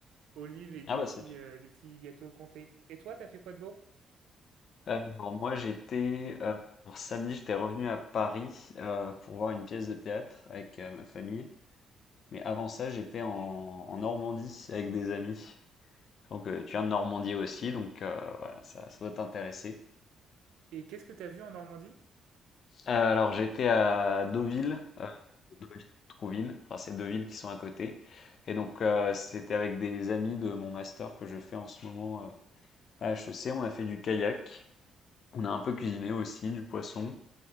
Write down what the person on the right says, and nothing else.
olives et des
petits,
heu, des petits gâteaux comté. Et toi, t'as fait quoi de beau?
Et qu'est-ce que t'as vu en Normandie?